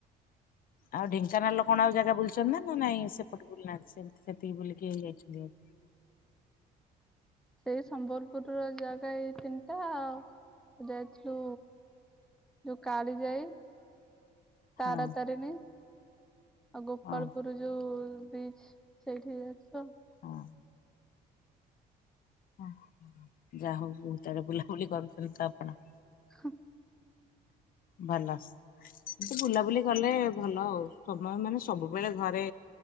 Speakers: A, on the left; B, in the centre.
A: ଆଉ ଢେଙ୍କାନାଳ ଲୋକଣ ଆଉ ଜାଗା ବୁଲିଛନ୍ତି ନା ନା ନାଇଁ ସେପଟେ ବୁଲ ନାହାନ୍ତି ସେମିତି ସେତିକି ବୁଲିକି ହେଇଯାଇଛନ୍ତି ଆଉ।
B: ସେଇ ସମ୍ବଲପୁରର ଜାଗା ଏଇ ତିନିଟା ଆଉ ଯାଇଥିଲୁ ଯୋଉ କାଳିଯାଇ।
A: ହଁ
B: ତାରାତାରିଣୀ ଆଉ ଗୋପାଳପୁରେ
A: ହଁ
B: ଯୋଉ ବ୍ରିଚ ସେଇଠି ଯାଉଛ
A: ହଁ। ଓ ଯାହା ହଉ ବହୁତ ଆଡେ ବୁଲାବୁଲି କରୁଛନ୍ତି ତ ଆପଣ
B: ହଁ।
A: ଭଲ ଏ ବୁଲାବୁଲି କଲେ ଭଲ ଆଉ ସମୟ ମାନେ ସବୁବେଳେ ଘରେ